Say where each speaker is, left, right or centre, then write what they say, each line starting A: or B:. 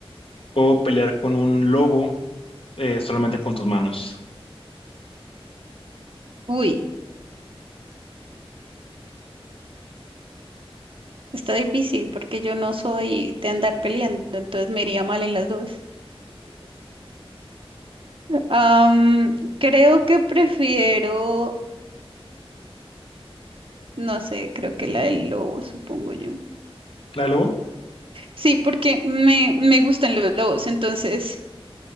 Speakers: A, on the left; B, on the right.
A: o pelear con un lobo eh, solamente con tus manos?
B: uy, está difícil porque yo no soy de andar peleando, entonces me iría mal en las dos. Am, creo que prefiero, no sé, creo que la del lobo, supongo yo.
A: ¿La del lobo?
B: Sí, porque me, me gustan los lobos, entonces